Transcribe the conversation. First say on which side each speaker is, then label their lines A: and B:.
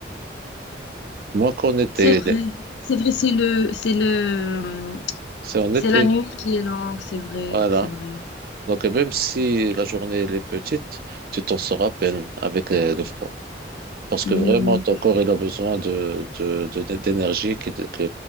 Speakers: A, on the right; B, on the left.
A: Moins qu'en été.
B: C'est vrai, c'est vrai, c'est le, c'est le,
A: C'est en
B: c'est
A: été.
B: la nuit qui est longue, c'est vrai,
A: Voilà.
B: c'est vrai.
A: Donc, et même si la journée, elle est petite, tu t'en sors à peine avec euh, le froid. Parce
B: Oui,
A: que vraiment,
B: oui,
A: ton
B: oui.
A: corps, il a besoin de, de, de- de- d'énergie qui- que,